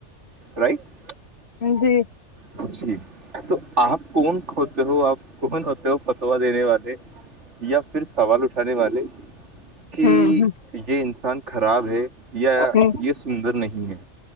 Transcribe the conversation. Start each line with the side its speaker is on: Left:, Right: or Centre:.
Right: رائٹ
Left: ہ جی
Right: پوچی تو آپ کون ہوتے ہو آپ کون ہوتے ہو فتوا دینے والے یا پھر سوال اٹھانے والے کہ
Left: ہوں
Right: یہ انسان خراب ہے یا
Left: ہ
Right: یہ سندر نہیں ہے